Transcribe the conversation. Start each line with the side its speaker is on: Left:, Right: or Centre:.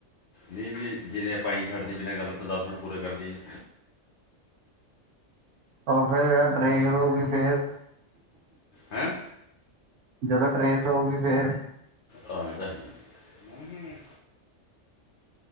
Left: ਨਈ -ਨਈ ਜਿਵੇ ਆਪਾਂ ਅਈ ਛੱਡ ਦਈਏ, ਬਿਨਾਂ ਗੱਲ ਤੋਂ ਦਸ ਮਿੰਟ ਪੂਰੇ ਕਰਦੀਏ।
Right: ਓ ਫੇਰ ਯਾਰ ਟਰੇਗ ਦਓਗੀ ਫੇਰ
Left: ਹਾਂ
Right: ਜਦੋਂ ਟਰੇਸ ਹੋਊਗੀ ਫੇਰ
Left: ਆਂ ਏ ਤਾਂ ਹੈ ਈ ਆਂ।